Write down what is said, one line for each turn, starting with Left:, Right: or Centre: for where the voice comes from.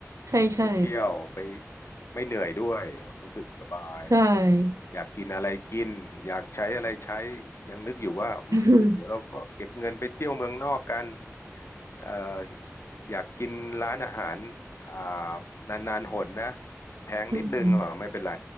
Right: ใช่ใช่
Left: ไปเที่ยวไปไม่เหนื่อยด้วยรู้สึกสบาย
Right: ใช่
Left: อยากกินอะไรกินอยากใช้อะไรใช้ยังนึกอยู่ว่าอืมเดี๋ยวเราก็เก็บเงินไปเที่ยวเมืองนอกกัน
Right: <laughs>
Left: เอ่ออยากกินร้านอาหารอ่านานๆหนนะแพงนิดนึงอ่ะไม่เป็นไร
Right: อืม